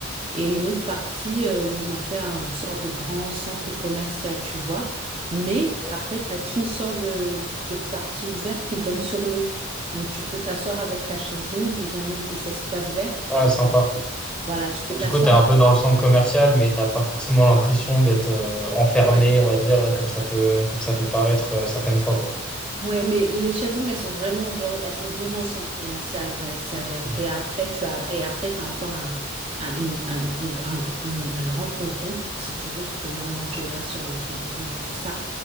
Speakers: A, on the right; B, in the centre.
A: et une autre partie euh, où ils ont fait un- une sorte de grand centre commercial, tu vois. Mais
B: ok.
A: après, tu as une sorte de, de partie ouverte qui donne sur l'eau. Donc, tu peux t'asseoir avec ta chaise longue. Ils ont mis des espaces verts.
B: Ah, sympa.
A: Et tu peux- voilà, tu peux
B: Du
A: t'asseoir
B: coup, t'es un
A: avec.
B: peu dans le centre commercial, mais t'as pas forcément l'impression d'être euh, enfermé,
A: ouais.
B: on va dire, comme ça peut, comme ça peut paraître euh, certaines fois, quoi.
A: Ouais, mais les chaises longues, elles sont vraiment dehors- elles sont devant le centre commercial à l'extérieur.
B: Ok,
A: Et après, tu as, et après, t'as encore un, un, une- un, une- un gr- un- un grand ponton. Et si tu veux, tu peux même manger là sur le ponton et tout ça.